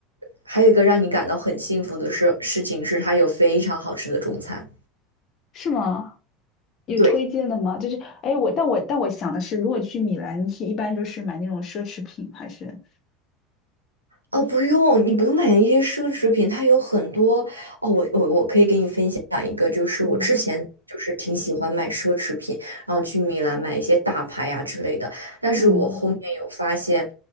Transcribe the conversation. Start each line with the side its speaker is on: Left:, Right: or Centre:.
Right: 还有一个让你感到很幸福的事事情是，它有非常好吃的中餐。
Left: 是吗？有推荐的吗？
Right: 对，
Left: 就是，哎，我但我但我想的是，如果去米兰，去一般都是买那种奢侈品，还是
Right: 哦，不用，你不用买那些奢侈品，它有很多哦。我我我可以给你分享一个，就是我之前就是挺喜欢买奢侈品，
Left: 嗯
Right: 然后去米兰买一些大牌呀、之类的。但是我后面有发现，
Left: 嗯